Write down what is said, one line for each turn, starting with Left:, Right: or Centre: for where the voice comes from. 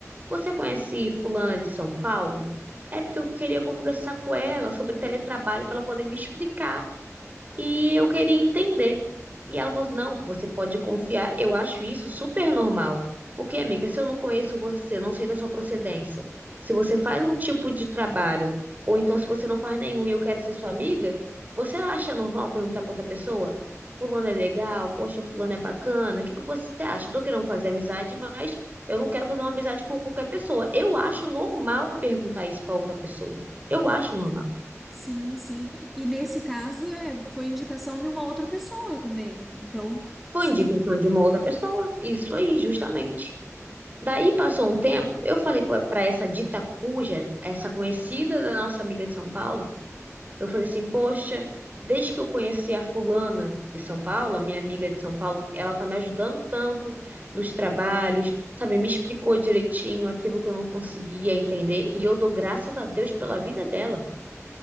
Right: você conhece fulana de São Paulo? É porque eu queria conversar com ela sobre teletrabalho para ela poder me explicar. E eu queria entender. E ela falou assim, não, você pode confiar. Eu acho isso super normal. Porque, amiga, se eu não conheço você, eu não sei da sua procedência, se você faz um tipo de trabalho, ou então se você não faz nenhum e eu quero ser sua amiga, você acha normal perguntar pra outra pessoa? Fulano é legal, poxa, fulano é bacana, o que que você acha? Eu tô querendo fazer amizade, mas eu não quero fazer uma amizade com qualquer pessoa. Eu acho normal perguntar isso pra outra pessoa. Eu acho normal.
Centre: Sim, sim. E nesse caso, é, foi indicação de uma outra pessoa também. Então,
Right: Foi
Centre: sim,
Right: indicação de uma outra pessoa, isso aí, justamente. Daí passou um tempo, eu falei para essa dita cuja, essa conhecida da nossa amiga de São Paulo, eu falei assim: Poxa, desde que eu conheci a fulana de São Paulo, a minha amiga de São Paulo, ela tá me ajudando tanto nos trabalhos, sabe? Me explicou direitinho aquilo que eu não conseguia entender e eu dou graças a Deus pela vida dela.